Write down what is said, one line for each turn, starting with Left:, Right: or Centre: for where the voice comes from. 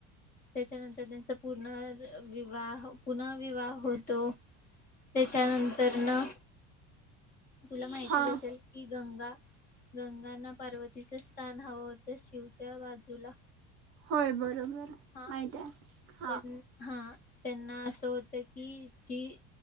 Left: त्याच्यानंतर त्यांचा पुर्न विवाह पु नर विवाह होतो त्याच्यानंतर ना, तुला माहितीच
Right: हां
Left: असेेल कि गंगा- गंगांना पार्वतीचं स्थान हवं होतं. शिवच्या बाजूला.
Right: होय बरोबर.
Left: हा
Right: माहित आहे. हा.
Left: त्यां हा त्यांना असं होत की, जी